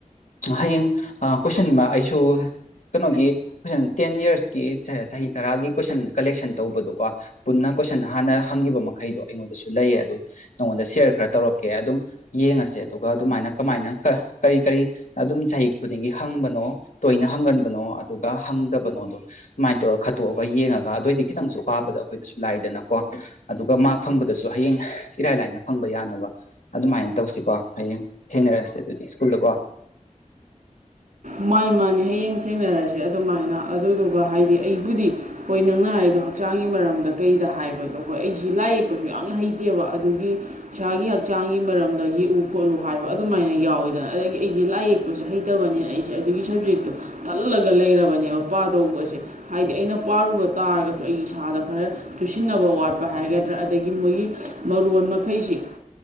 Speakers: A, on the left (about 80°); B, on the right (about 75°).
A: ꯍꯌꯦꯡ ꯀꯣꯏꯁꯟꯃ ꯑꯩꯁꯨ ꯀꯩꯅꯣꯒꯤ ꯀ‌ꯣꯏꯁꯟ ꯇꯦꯟ ꯏꯌꯥꯔꯁꯀꯤ ꯆꯍꯤ ꯇꯔꯥꯒꯤ ꯀꯣꯏꯁꯟ ꯀꯂꯦꯛꯁꯟ ꯇꯧꯕꯗ‌ꯣꯀꯣ ꯄꯨꯟꯅ ꯀꯣꯏꯁꯟ ꯍꯥꯟꯅ ꯍꯪꯈꯤꯕ ꯃꯈꯩꯗꯣ ꯑꯩꯉꯣꯟꯗꯁꯨ ꯂꯩꯌꯦ ꯑꯗꯨ ꯅꯪꯉꯣꯟꯗ ꯁꯌꯔ ꯈꯔ ꯇꯧꯔꯛꯀꯦ ꯑꯗꯨꯝ ꯌꯦꯡꯉꯁꯦ ꯑꯗꯨꯒ ꯑꯗꯨꯃꯥꯏꯅ ꯀꯃꯥꯏꯅ ꯀꯔꯤ ꯀꯔꯤ ꯑꯗꯨꯝ ꯆꯍꯤ ꯈꯨꯗꯤꯡꯒꯤ ꯍꯪꯕꯅꯣ ꯇꯣꯏꯅ ꯍꯪꯒꯟꯕꯅꯣ ꯑꯗꯨꯒ ꯍꯪꯗꯕꯅꯣꯗꯣ ꯑꯗꯨꯃꯥꯏꯅ ꯇꯧꯔ ꯈꯠꯇꯣꯛꯑꯒ ꯌꯦꯡꯉꯒ ꯑꯗꯨꯑꯣꯏꯗꯤ ꯈꯤꯇꯪꯁꯨ ꯄꯥꯕꯗ ꯑꯩꯈꯣꯏꯗꯁꯨ ꯂꯥꯏꯗꯅꯀꯣ ꯑꯗꯨꯒ ꯃꯥꯛ ꯐꯪꯕꯗꯁꯨ ꯍꯌꯦꯡ ꯏꯔꯥꯏ ꯂꯥꯏꯅ ꯐꯪꯕ ꯌꯥꯅꯕ ꯑꯗꯨꯃꯥꯏꯅ ꯇꯧꯁꯤꯀꯣ ꯍꯌꯦꯡ ꯊꯦꯡꯅꯔꯁꯦ ꯑꯗꯨꯗꯤ ꯁ꯭ꯀꯨꯜꯗꯀꯣ
B: ꯃꯥꯅꯦ ꯃꯥꯅꯦ ꯍꯌꯦꯡ ꯊꯦꯡꯅꯔꯁꯦ ꯑꯗꯨꯃꯥꯏꯅ ꯑꯗꯨꯗꯨꯒ ꯍꯥꯏꯗꯤ ꯑꯩꯕꯨꯗꯤ ꯍꯣꯏ ꯅꯪꯅ ꯍꯥꯏꯔꯤꯗꯣ ꯍꯛꯆꯥꯡꯒꯤ ꯃꯔꯝꯗ ꯀꯩꯗ ꯍꯥꯏꯕꯗꯣ ꯍꯣꯏ ꯑꯩꯁꯤ ꯂꯥꯏ ꯌꯦꯛꯄꯁꯨ ꯌꯥꯝꯅ ꯍꯩꯇꯦꯕ ꯑꯗꯨꯒꯤ ꯏꯁꯥꯒꯤ ꯍꯛꯆꯥꯡꯒꯤ ꯃꯔꯝꯗ ꯌꯦꯛꯎ ꯈꯣꯠꯂꯨ ꯍꯥꯏꯕ ꯑꯗꯨꯃꯥꯏꯅ ꯌꯥꯎꯋꯤꯗꯅ ꯑꯗꯒꯤ ꯑꯩꯗꯤ ꯂꯥꯏ ꯌꯦꯛꯄꯁꯦ ꯍꯩꯇꯕꯅꯤꯅ ꯑꯩ ꯁ ꯑꯗꯨꯒꯤ ꯁꯕꯖꯦꯛꯇꯣ ꯇꯜꯂꯒ ꯂꯩꯔꯕꯅꯦꯕ ꯄꯥꯗꯧꯕꯁꯦ ꯍꯥꯏꯗꯤ ꯑꯩꯅ ꯄꯥꯔꯨꯕ ꯇꯥꯔꯒꯁꯨ ꯑꯩ ꯏꯁꯥꯗ ꯈꯔ ꯆꯨꯁꯤꯟꯅꯕ ꯋꯥꯠꯄ ꯍꯥꯏꯒꯗ꯭ꯔꯥ ꯑꯗꯒꯤ ꯃꯣꯏꯒꯤ ꯃꯔꯣꯟ ꯃꯈꯩꯁꯤ